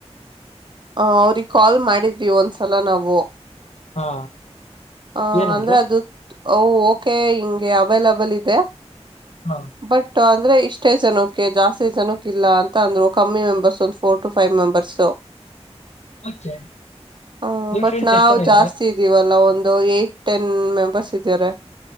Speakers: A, on the right (about 45°); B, on the left (about 75°).
A: ಹ ಅವ್ರಿಗೆ ಕಾಲ್ ಮಾಡಿದ್ವಿ ಒಂದ್ಸಲ ನಾವು.
B: ಹಾ.
A: ಹ
B: ಏನಂದ್ರು
A: ಅಂದ್ರೆ ಅದು ಅ ಓಕೆ ಹಿಂಗೆ ಅವೈಲಬಲ್ ಇದೆ.
B: ಹಾ
A: ಬಟ್ ಅಂಡ್. ಅಂದ್ರೆ ಇಷ್ಟೇ ಜನಕ್ಕೆ ಜಾಸ್ತಿ ಜನಕ್ಕೆ ಇಲ್ಲ ಅಂತ ಅಂದ್ರು ಕಮ್ಮಿ ಮೆಂಬರ್ಸ್ ಒಂದು four to five members.
B: Okay
A: ಹ್ಮ
B: ನಿಮ್
A: ಬಟ್
B: ಫ್ರೆಂಡ್ಸ್
A: ನಾವ್
B: ಎಷ್ಟ್ ಜನ ಇದ್ದಾರೆ
A: ಜಾಸ್ತಿ ಇದ್ದೀವಲ್ಲ. ಒಂದು ಏಟ್ ಟೆನ್ ಮೆಂಬರ್ಸ್ ಇದಾರೆ.